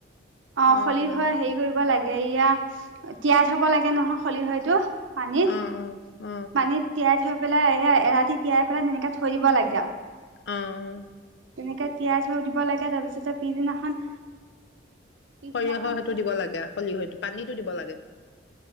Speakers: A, on the right (about 85°); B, on the left (about 65°).
A: অ
B: উম
A: খলি
B: উম
A: হৈ হেৰি কৰিব লাগে গেৰিয়া তিয়াই থব লাগে নহয় ফলি হয়তটো পানীত
B: অ অ অ
A: পানীত তিয়াই থৈ পেলাই এই এৰাতি তিয়াই পেলাই তেনেকে থৈ দিব লাগে আৰু
B: অহ
A: এনেকে তিয়াই থৈ দিব লাগে তাৰ পিছতে পিছদিনাখন পিছদিনাখন
B: সৰিয়হৰ‌ সেইটো দিব লাগে সৰিয়হ পানীত দিব লাগে